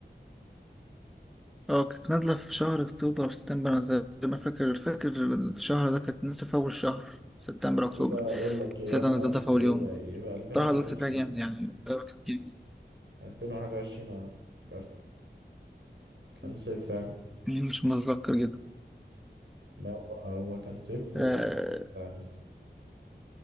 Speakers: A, in the centre; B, on the right.
A: آه، كانت نازلة في شهر اكتوبر او سبتمبر انا تقريبا فاكر فاكر الشهر ده كانت نازلة في اول شهر سبتمبر اكتوبر
B: يبقى أقول لك يا
A: ساعتها
B: إما
A: نزلتها
B: ألف
A: في
B: يبقى
A: اول يوم
B: يبقى ألفين
A: بصراحة
B: وواحد
A: لعبت
B: وعشرين
A: فيها جامد يعني لعبة كانت جامدة.
B: ألفين وواحد وعشرين أه فكرت كان
A: مم.
B: صيف فعلا
A: مش متذكر جدا
B: ما هو هو كان صيف وكان
A: امم
B: لسه نازل